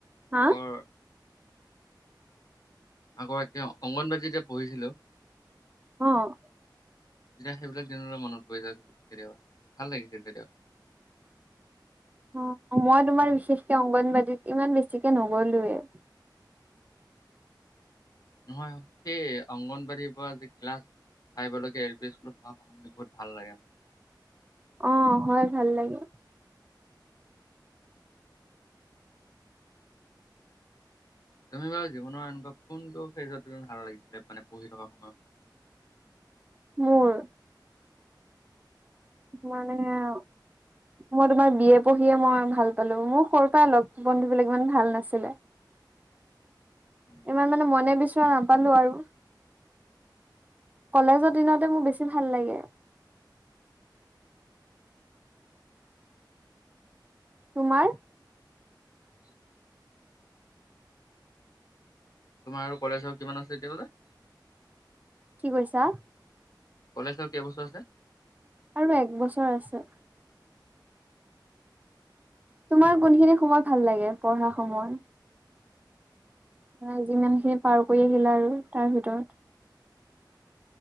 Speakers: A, on the right (about 20°); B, on the left (about 50°).
A: হাঁ?
B: আগৰ আকৌ এতিয়া অংগনবাদীত যেতিয়া পঢ়িছিলো-
A: অঁ'।
B: তেতিয়া সেইবিলাক দিনলে মনত পৰি যায় কেতিয়াবা ভাল লাগিছিল কেতিয়াবা।
A: অঁ', মই তোমাৰ বিশেষকে অংগনবাদীত ইমান বেছিকে নগ'লোয়ে।
B: নহয়, সেই অংগনবাদীৰ পৰা যি ক্লাছ- <unintelligible> এল পি স্কুলত পঢ়া সময় বহুত ভাল লাগে আৰু।
A: অঁ', -হয় ভাল লাগে।
B: তুমি বাৰু জীৱনৰ এনেকুৱা কোনটো ফেজত তুমি ভাল লাগিছিলে মানে পঢ়ি থকা সময়ত?
A: মোৰ? মানে আৰু- মই তোমাৰ বি এ পঢ়িয়ে মই ভাল পালো মোৰ সৰুৰ পৰা অ' লগ বন্ধু বিলাক ইমান ভাল নাছিলে।
B: উম,
A: ইমান মানে মনে বিচৰা না- পালোঁ আৰু, কলেজৰ দিনতে মোৰ বেছি ভাল লাগে। তোমাৰ?
B: <unintelligible> তোমাৰ আৰু কলেজৰ কিমান আছে এতিয়া লৈ?
A: কি কৈছা?
B: কলেজ আৰু কেই বছৰ আছে?
A: আৰু এক বছৰ আছে। তোমাৰ কোনখিনি সময় ভাল লাগে পঢ়া সময়? নাই, যিমানখিনি পাৰ কৰি আহিলা আৰু তাৰ ভিতৰত।